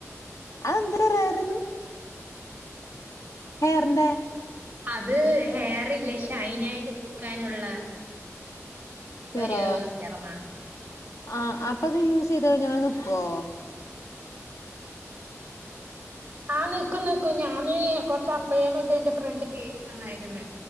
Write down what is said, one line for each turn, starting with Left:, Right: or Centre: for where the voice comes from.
Left: അ എന്ത് വേറാരുന്നു. ഹെയറിന്റെ
Right: അത് ഹെയർ അയിനായിട്ട് നിക്കാനുള്ള
Left: സിറോ
Right: ഒരു സെറമാണ്.
Left: ആ അപ്പൊ അത് യൂസ് ചെയ്ത ഞാൻ നക്കുവോ
Right: ആ ആഹ് നിക്കും നിക്കും ഞാന് കൊറച്ച അപ്പഴേ മറ്റേന്റെ ഫ്രണ്ട് ചേച്ച തന്നായിര്ന്ന്